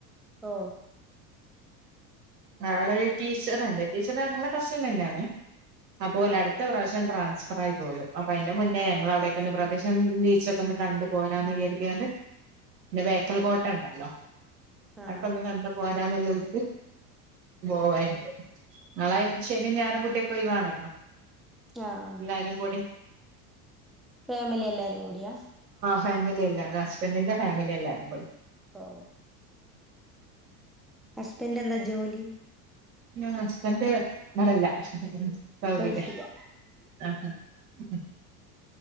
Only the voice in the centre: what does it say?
ഓ
ആഹ്
ആഹ്
ആഹ്
ആഹ് ആഹ്
ഫാമിലി എല്ലാരും കൂടിയാ
ഓ ഹസ്ബന്റെന്താ ജോലി?
ഗൾഫിലാ